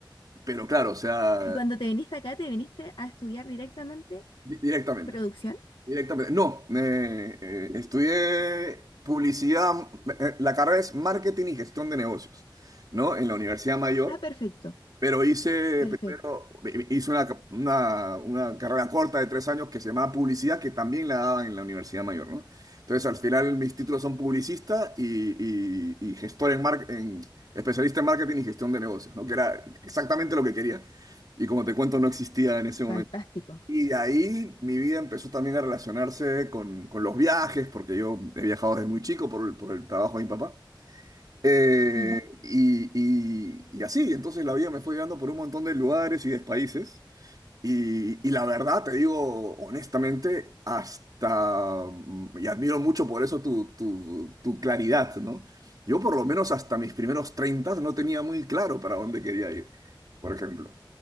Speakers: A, on the right; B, on the left.
A: Pero claro, o sea,
B: Y cuando te viniste acá, te viniste a estudiar directamente
A: di- directamente.
B: producción.
A: Directamente. No, eh, eh, estudié publicidad, eh, la carrera es marketing y gestión de negocios, ¿no? En la Universidad Mayor,
B: Ah, perfecto.
A: pero hice
B: Perfecto.
A: primero, hice una, una, una carrera corta de tres años que se llamaba publicidad, que también la daban en la Universidad Mayor, ¿no? Entonces, al final mis títulos son publicista y, y- y gestor en, mar- en especialista en marketing y gestión de negocios, ¿no? Que era exactamente lo que quería. Y como te cuento, no existía en ese
B: Fantástico.
A: y de ahí mi vida empezó también a relacionarse con, con los viajes, porque yo he viajado desde muy chico por, el- por el trabajo de mi papá. Eh,
B: Ya.
A: y, y- y así, entonces la vida me fue llevando por un montón de lugares y de países. Y, y la verdad, te digo honestamente, hasta, mm, y admiro mucho por eso tu, tu, tu claridad, ¿no? Yo por lo menos hasta mis primeros 30 no tenía muy claro para dónde quería ir, por ejemplo,